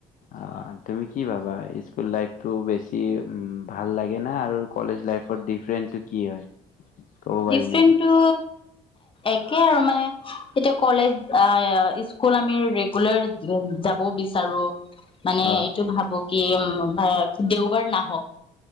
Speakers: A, on the left (about 50°); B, on the left (about 30°).
A: অ' তুমি কি ভাবা, স্কুল লাইফটো বেছি কে উম ভাল লাগে না আৰু কলেজ লাইফৰ, ডিফাৰেনটো কি হয়? ক'ব পাৰি
B: ডিফৰেণ্টটো
A: নেকি
B: একে আৰু মানে, এতিয়া কলেজ- অ'- স্কুল আমি ৰেগুলাৰ যাব বিচাৰোঁ, মানে
A: অ
B: এইটো ভাবো। কি উম, দেওবাৰ নাহক।